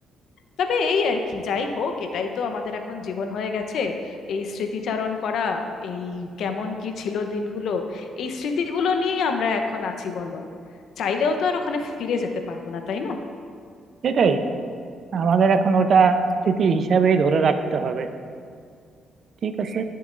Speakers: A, on the left; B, on the right.
A: তবে এই আর কি যাই হোক এটাই তো আমাদের এখন জীবন হয়ে গেছে এই স্মৃতিচারণ করা এই কেমন কি ছিল দিনগুলো এই স্মৃতিগুলো নিয়েই আমরা এখন আছি বলো চাইলেও তো আর ওখানে ফিরে যেতে পারবো না তাই না
B: সেটাই আমাদের এখন ওটা স্মৃতি হিসাবেই ধরে রাখতে হবে ঠিক আছে